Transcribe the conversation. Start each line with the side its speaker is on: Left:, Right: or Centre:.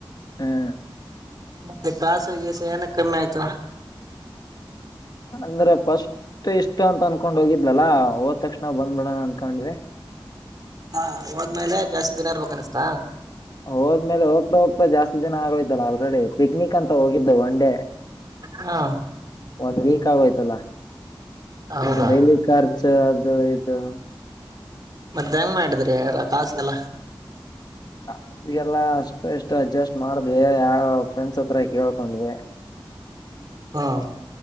Left: ಹ್ಮ್
Right: ಮತ್ತೆ ಕಾಸ ಗಿಸ ಏನ ಕಮ್ಮಿ ಆಯ್ತು
Left: ಅಂದ್ರ ಫಸ್ಟ್ ಇಷ್ಟ ಅಂತ ಅನ್ಕೊಂಡ್ ಹೋಗಿದ್ದ ಲ್ಲಾ ಹೋದ್ ತಕ್ಷಣ ಬಂದ್ಬೇಡಣ ಅನ್ಕೊಂಡ್ವಿ
Right: ಹಾ ಹೋದ್ಮೇಲೆ ಜಾಸ್ತಿ ದಿನ ಇರ್ಬೇಕ ಅನ್ನಷ್ಟಾ
Left: ಹೋದ್ಮೇಲೆ ಹೋಗ್ತಾ ಹೋಗ್ತಾ ಜಾಸ್ತಿ ದಿನ ಆಗೋಯ್ಲ್ಲ ಆಲ್ರೆಡಿ ಪಿಕ್ನಿಕ್ ಅಂತ ಹೋಗಿದ್ದು ಒನ್ ಡೇ
Right: ಹಾ
Left: ಒಂದ್ ವೀಕ್ ಆಗೋಯ್ತಲ್ಲ
Right: ಹೌದಾ
Left: ಒಂದು ಡೈಲಿ ಕಾರ್ ಅದು ಇದು
Right: ಮತ್ತ ಹೆಂಗ ಮಾಡಿದ್ರಿ ಯಾರ ಕಾಸಿಗೆಲ್ಲ
Left: ಕಾಸಿಗೆಲ್ಲ ಅಷ್ಟು ಎಷ್ಟು ಅಡ್ಜಸ್ಟ್ ಮಾಡಿದ್ವಿ ಯಾವ ಫ್ರೆಂಡ್ಸ್ ಹತ್ರ ಕೇಳ್ಕೊಂಡ್ೆ
Right: ಹಾ